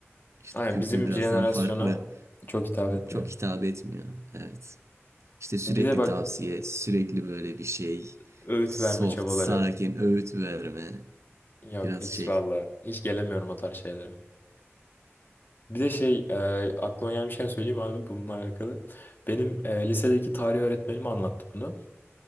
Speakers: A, on the right; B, on the left.
A: işte
B: Aynen
A: kültür
B: bizim
A: biraz
B: jenerasyona
A: daha farklı.
B: çok hitap etmiyor.
A: Çok hitap etmiyor. Evet. İşte sürekli
B: Bir de bak
A: tavsiye, sürekli böyle bir şey.
B: öğüt
A: Soft,
B: verme çabaları.
A: sakin, öğüt verme.
B: Yok
A: Biraz
B: hiç
A: şey.
B: valla hiç gelemiyorum o tarz şeylere. Bir de şey e, aklıma gelmişken söyleyeyim abi bununla alakalı. Benim e, lisedeki tarih öğretmenim anlattı bunu.